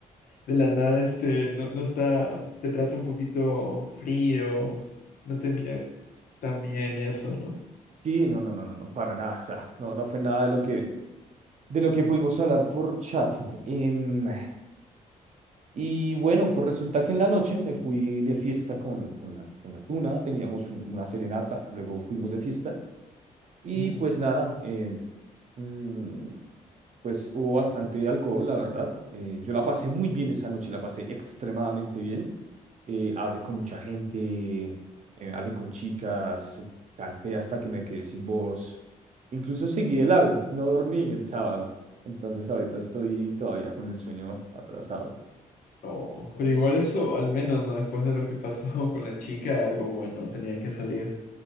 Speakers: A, on the left (about 75°); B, on the right (about 50°).
A: de la nada este no, no está, te trata un poquito frío, no te mira tan bien y eso, ¿no?
B: sí, no, no, no, no, no, para nada, o sea, no, no fue nada de lo que, de lo que pudimos hablar por chat. Em, y bueno, pues resulta que en la noche me fui de fiesta con, con la, con la tuna, teníamos un- una serenata, luego fuimos de fiesta y
A: Oh.
B: pues nada, em, mm, pues hubo bastante alcohol, la verdad. Eh, yo la pasé muy bien esa noche, la pasé extremadamente bien. Eh, hablé con mucha gente, eh, hablé con chicas, eh, canté hasta que me quedé sin voz. Incluso seguí de largo, no dormí el sábado. Entonces ahorita estoy todavía con el sueño atrasado.
A: Oh, pero igual eso, al menos, ¿no? Después de lo que pasó <laughs> con la chica, algo bueno tenía que salir.